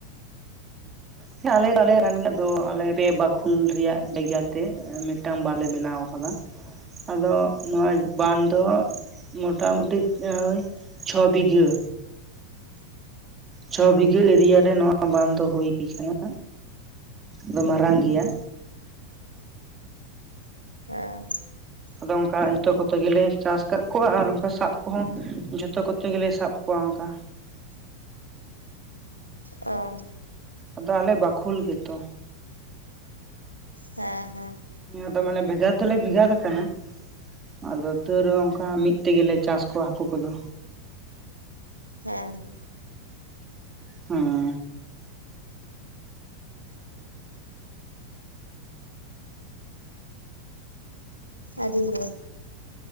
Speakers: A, on the right; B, on the right.
A: ᱦᱮᱸ ᱟᱞᱮ ᱫᱚ ᱟᱞᱮᱭᱟᱜ ᱠᱟᱱ ᱜᱮᱭᱟ ᱟᱫᱚ ᱟᱞᱮ ᱯᱮ ᱵᱟᱠᱷᱳᱞ ᱨᱮᱭᱟᱜ ᱡᱟᱭᱜᱟ ᱛᱮ᱾ ᱢᱤᱜᱴᱟᱝ ᱵᱟᱞᱮ ᱵᱮᱱᱟᱣ ᱠᱟᱫᱟ᱾ ᱟᱫᱚ ᱱᱚᱣᱟ ᱵᱟᱸᱫ ᱫᱚ ᱢᱚᱴᱟᱢᱩᱴᱤ ᱳᱭ ᱪᱷᱚ ᱵᱤᱜᱷᱟᱹ᱾ ᱪᱷᱚ ᱵᱤᱜᱷᱟᱹ ᱮᱨᱤᱭᱟ ᱨᱮ ᱱᱚᱣᱟ ᱵᱟᱸᱫ ᱫᱚ ᱦᱩᱭ ᱠᱟᱱᱟ᱾ ᱫᱚ ᱢᱟᱨᱟᱝ ᱜᱮᱭᱟ᱾
B: ᱦᱮᱸ᱾
A: ᱟᱫᱚ ᱚᱱᱠᱟ ᱡᱷᱚᱛᱚ ᱠᱚᱛᱮ ᱜᱮᱞᱮ ᱪᱟᱥ ᱠᱟᱜ ᱠᱚᱣᱟ ᱟᱨ ᱚᱱᱠᱟ ᱥᱟᱵ ᱠᱚᱦᱚᱸ ᱡᱷᱚᱛᱚ ᱠᱚᱛᱮ ᱜᱮᱞᱮ ᱥᱟᱵ ᱠᱚᱣᱟ ᱚᱱᱠᱟ᱾
B: ᱚ᱾
A: ᱟᱫᱚ ᱟᱞᱮ ᱵᱟᱠᱷᱳᱞ ᱜᱮᱛᱚ᱾
B: ᱦᱮᱸ ᱦᱮᱸ᱾
A: ᱟᱫᱚ ᱢᱟᱱᱮ ᱵᱷᱮᱜᱟᱨ ᱫᱚᱞᱮ ᱵᱷᱮᱜᱟᱨ ᱟᱠᱟᱱᱟ᱾ ᱟᱫᱚ ᱛᱟᱹᱣ ᱨᱮᱦᱚᱸ ᱚᱱᱠᱟ ᱢᱤᱜ ᱛᱮᱜᱮᱞᱮ ᱪᱟᱥ ᱠᱚᱣᱟ ᱦᱟᱠᱳ ᱠᱚᱫᱚ᱾
B: ᱦᱮᱸ᱾
A: ᱦᱩᱸ᱾
B: ᱟᱰᱤ ᱢᱚᱡ᱾